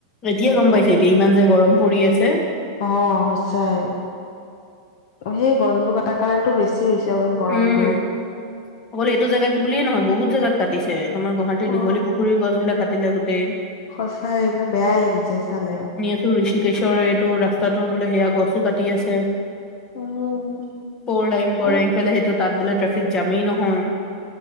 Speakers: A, on the left; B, on the left.
A: এতিয়া
B: সেইটোৱে
A: গম পাইছে এতিয়া ইমান যে গৰম পৰি আছে।
B: অ সঁচাই সেই গছবোৰ কটাৰ কাৰণটো বেছি বেছি হৈছে অকন গৰমবোৰ।
A: উম অকল এইটো জেগাত বুলিয়ে নহয় বহুত জেগাত কাটিছে আমাৰ গুৱাহাটীৰ
B: অ
A: দীঘলী পুখুৰীৰ গছ বিলাক কাটিলে গোটেই।
B: সঁচাই এইবিলাক বেয়াই লাগি যায় চালে।
A: এইটো ঋষিকেশৰ এইটো ৰাস্তাটোৰ বোলে সেয়া গছো কাটি আছে।
B: উম
A: ফৰ লাইন কৰে
B: এ
A: ইফালে সেইটো তাত বোলে ট্ৰেফিক জামেই নহয়।